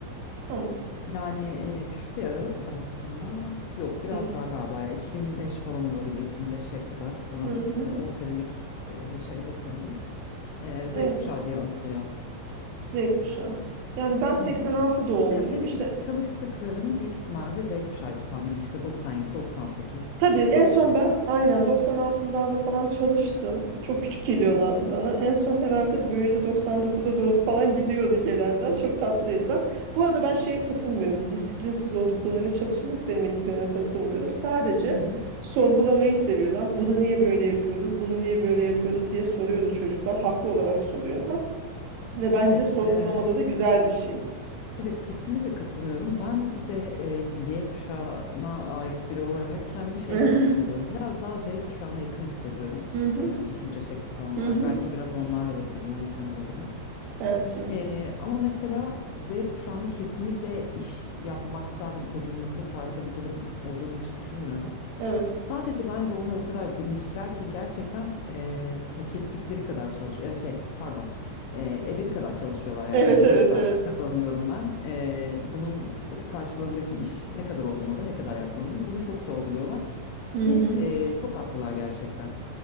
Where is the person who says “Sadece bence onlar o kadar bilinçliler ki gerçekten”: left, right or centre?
Left